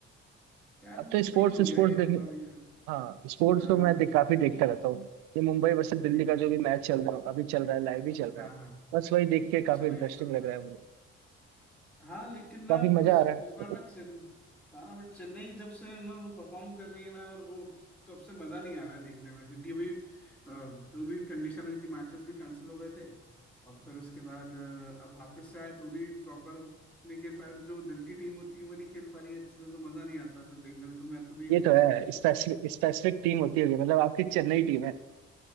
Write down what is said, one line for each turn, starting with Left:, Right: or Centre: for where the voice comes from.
Centre: यार
Right: अब तो स्पोर्ट्स
Centre: सही हो गया
Right: स्पोर्ट्स
Centre: ये
Right: देखने
Centre: मतलब ये
Right: हाँ स्पोर्ट्स
Centre: हाँ
Right: तो
Centre: हाँ
Right: मैं
Centre: हाँ,
Right: देख, काफी
Centre: आईपीएल
Right: देखता रहता हूँ ये मुंबई वर्सेस दिल्ली
Centre: देखते
Right: का
Centre: रहते
Right: जो भी मैच चल रहा है अभी चल रहा है लाइव ही चल रहा
Centre: हाँ
Right: है
Centre: हाँ
Right: बस वही देख के
Centre: अच्छा
Right: काफी
Centre: लाइव
Right: इंटरेस्टिंग
Centre: ही चल
Right: लग
Centre: रहा
Right: रहा
Centre: है
Right: है मुझे
Centre: हाँ लेकिन ना
Right: काफी मजा
Centre: बस
Right: आ रहा
Centre: इस बार
Right: है
Centre: ना चेन हाँ बट चेन्नई जब से ना वो परफॉर्म कर रही है ना और वो तब से मजा नहीं आ रहा है देखने में क्योंकि अभी अ, जो भी कंडीशन हुई थी मैचेस भी कैंसिल हो गए थे और फिर उसके बाद अ, अब वापस से आए तो भी प्रॉपर नहीं खेल पा रहे तो जो दिल की टीम होती है वो नहीं खेल पा रही है अच्छे से तो मजा नहीं आता फिर देखने में तो मैं तो नहीं
Right: ये
Centre: देखता
Right: तो है
Centre: हूँ
Right: स्पेसिफिक स्पेसिफिक टीम होती होगी मतलब आपकी चेन्नई टीम है